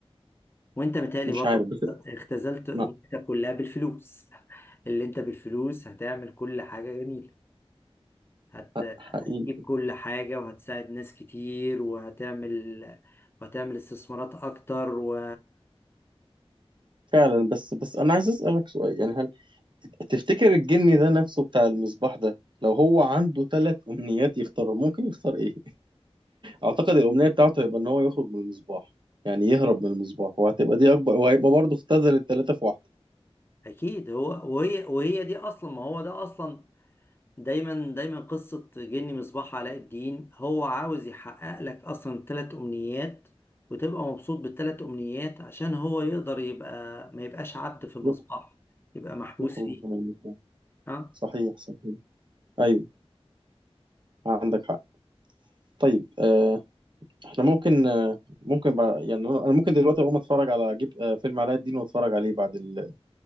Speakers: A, on the left; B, on the right.
A: وأنت متهيألي
B: مش
A: برضه
B: عارف بس
A: اختزلت أمنيتك
B: ما
A: كلها بالفلوس <laughs> اللي أنت بالفلوس هتعمل كل حاجة جميلة هت...
B: ح- حقيقي
A: هتجيب كل حاجة وهتساعد ناس كتير وهتعمل وهتعمل استثمارات أكتر و
B: فعلا بس بس انا عايز اسألك سؤال يعني هل تفتكر الجني ده نفسه بتاع المصباح ده لو هو عنده ثلاث امنيات يختار ممكن يختار ايه اعتقد الامنيه بتاعته هيبقى ان هو يخرج من المصباح يعني يهرب من المصباح وهتبقى دي اكبر وهيبقى برضه اختزل الثلاثه في واحده
A: أكيد هو وهي وهي دي أصلا ما هو ده أصلا دايما دايما قصة جني مصباح علاء الدين هو عاوز يحقق لك أصلا التلات أمنيات وتبقى مبسوط بالتلات أمنيات عشان هو يقدر يبقى ما يبقاش عبد في المصباح
B: يخ-
A: يبقى محبوس
B: يخرج
A: فيه
B: من المصباح
A: ها
B: صحيح صحيح ايوه عندك حق طيب آه احنا ممكن آه ممكن بع... يعني انا أنا ممكن دلوقتي اقوم اتفرج على جيب آه فيلم علاء الدين واتفرج عليه بعد ال...